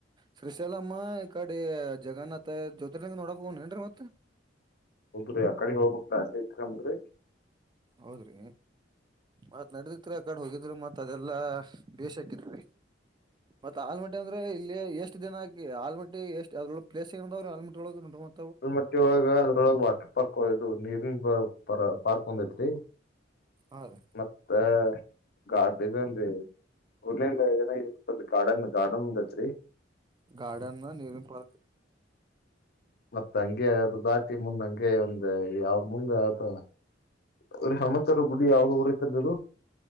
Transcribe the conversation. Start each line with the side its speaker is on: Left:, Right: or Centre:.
Right: ಶ್ರೀಶಾಲಮ್ಮ ಈ ಕಡೆ ಜಗನ್ನಾಥ ಜೊತೆಂಗ ನೋಡ ಹೋಗನ್ರಿ ಮತ್ತ
Left: ಹೌದ್ರೀ ಆ ಕಡೆಿಗೆ ಹೋಗಬಕ್ ಆಚೆ ಐತ್್ರರಿ
Right: ಹೌದ್ರಿ ಮತ್ ನಡದತ್ರಿ ಆ ಕಡೆ ಹೋಗಿದ್ರರು ಮತ್ ಅದೆಲ್ಲಾ ಬೇೇಶ್ ಹಾಕಿದಿ ಮತ್ತೆ ಆಲಮಟ್ಟ ಅಂದ್ರೆ ಇಲ್ಲಿ ಎಷ್ಟು ಎಷ್ಟ ದಿನ ಆಕಿಲ್ಮಟ್ ಎಷ್ಟ ಅದ್ರ ಪ್ೇಸ್ ಏ್ರರು ಆಲ್ಮಳ <unintelligible>
Left: ಅಲ್ಮಟ್ಟಿ ಒಳಗ ಅದ್ರೊಳ ವಾಟರ್ ಪಾರ್ಕ್ ಇದು ನೀರ್ ಪ ಪಾರ್ಕ್ ಒಂದೈತ್ರಿ
Right: ಹಾ ರೀ
Left: ಮತ್ತೆ ಗಾರ್ ಇದನ್ರಿ ಉರ್ಲ್ಲಿಲ್ಲ ಏನ ಗಾರ್ಡನ್ ಗಾರ್ಡನ್ತ್ರಿ
Right: ಗಾರ್ಡನ್ ನೀರು ಪಾರ್ಕ್
Left: ಮತ್ತತ್ ಹಂಗೆ ಅ ದಾಟಿ ಮುಂದ್ ಹಂಗೆ ಒಂದು ಯಾವ ಮುಂದೆ ಯದ ಅವ್ರ ಹಮಂತರು ಗುಡಿ ಯಾವ್ದ ಊರ ಐತಲ್ದು